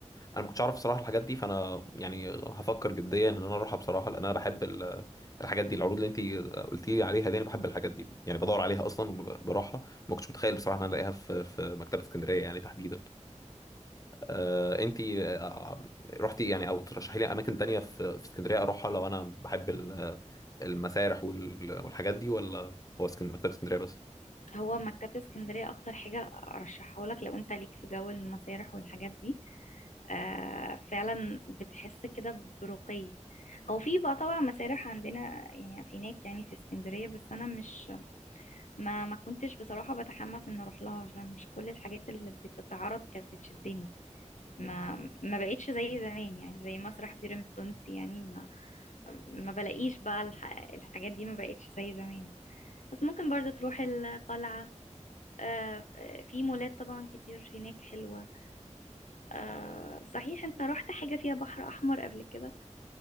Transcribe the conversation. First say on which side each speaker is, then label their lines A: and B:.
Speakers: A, on the left; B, on the left.
A: انا ما كنتش اعرف صراحه الحاجات دي فانا يعني هفكر جديا ان انا اروحها بصراحه لان انا بحب ال- الحاجات دي العروض اللي انت قلتي لي عليها دي انا بحب الحاجات دي يعني بدور عليها اصلا وبروحها ما كنتش متخيل بصراحه ان انا الاقيها في في مكتبه اسكندريه يعني تحديدا آه انت آه، رحتي يعني او ترشحي لي اماكن تانية في في اسكندريه اروحها لو انا بحب ال- المسارح وال- والحاجات دي ولا هو اسكن- مكتبه اسكندريه بس
B: هو مكتبة اسكندرية أكتر حاجة أرشحه لك لو أنت ليك في جو المسارح والحاجات دي آه فعلا بتحس كده برقي هو في بقى طبعا مسارح عندنا يعني في هناك يعني في اسكندرية بس أنا مش ما ما كنتش بصراحة بتحمس إن أروح لها عشان مش كل الحاجات اللي بتتعرض كانت بتشدني ما ما بقتش زي زمان يعني زي مسرح بيرم التونسي يعني ما ما بلاقيش بقى الح... الحاجات دي ما بقتش زي زمان بس ممكن برضو تروح القلعة آه، في مولات طبعا كتير هناك حلوة آه، صحيح انت رحت حاجة فيها بحر أحمر قبل كده